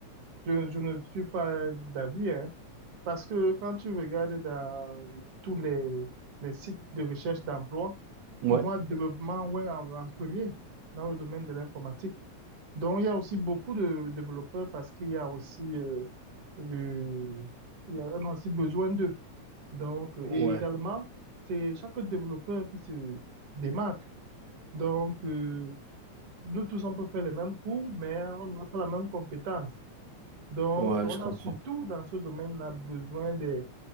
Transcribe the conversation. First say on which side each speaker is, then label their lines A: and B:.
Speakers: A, on the right (about 50°); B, on the right (about 85°).
A: je, je ne suis pas d'avis, hein, parce que quand tu regardes dans tous les, les sites de recherche d'emploi,
B: Ouais,
A: tu vois développement web en en premier dans le domaine de l'informatique. Donc, il y a aussi beaucoup de développeurs parce qu'il y a aussi, euh, de- il y a, on a aussi besoin d'eux. Donc, euh,
B: ouais,
A: et également, c'est chaque développeur qui se démarque. Donc, euh, nous tous, on peut faire les mêmes cours, mais on n'aura pas la même compétence. Donc,
B: ouais,
A: on
B: je comprends.
A: a surtout dans ce domaine-là besoin des,